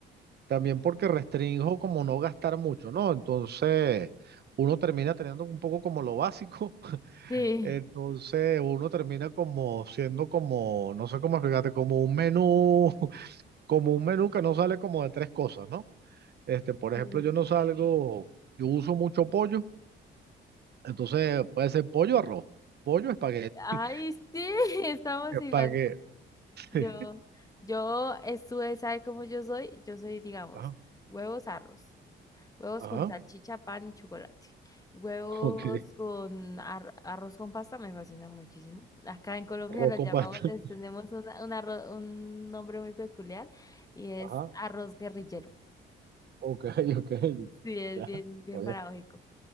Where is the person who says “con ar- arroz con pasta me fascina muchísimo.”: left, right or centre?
Left